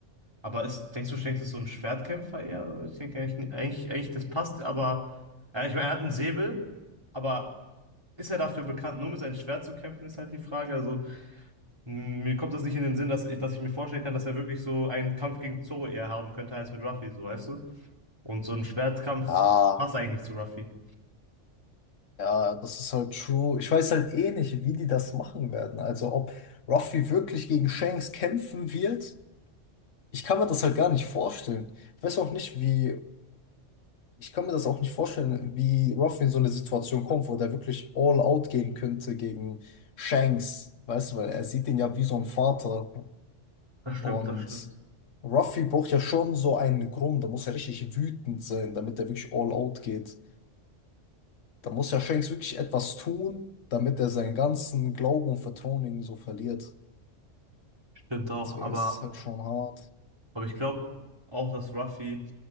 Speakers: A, on the right (about 20°); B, on the left (about 85°).
A: Aber ist, denkst du, Shanks ist so ein Schwertkämpfer eher? Also ich denke eigentlich, eigentlich, eigentlich, das passt, aber ja, ich meine, er hat einen Säbel, aber ist er dafür bekannt, nur mit seinem Schwert zu kämpfen, ist halt die Frage. Also m, mir kommt das nicht in den Sinn, dass ich, dass ich mir vorstellen kann, dass er wirklich so einen Kampf gegen Zoro eher haben könnte als mit Ruffy, so weißt du? Und so ein Schwertkampf
B: Ja,
A: passt eigentlich nicht zu Ruffy.
B: ja, ja, das ist halt true. Ich weiß halt eh nicht, wie die das machen werden. Also ob Ruffy wirklich gegen Shanks kämpfen wird, ich kann mir das halt gar nicht vorstellen. Ich weiß auch nicht, wie Ich kann mir das auch nicht vorstellen, wie Ruff in so eine Situation kommt, wo der wirklich all out gehen könnte gegen Shanks, weißt du, weil er sieht ihn ja wie so ein Vater.
A: Das stimmt,
B: Und
A: das stimmt.
B: Ruffy braucht ja schon so einen Grund, da muss er richtig wütend sein, damit er wirklich all out geht. Da muss ja Shanks wirklich etwas tun, damit er seinen ganzen Glauben und Vertrauen in ihn so verliert.
A: Stimmt auch,
B: Deswegen
A: aber.
B: ist es halt schon hart.
A: Aber ich glaube auch, dass Ruffy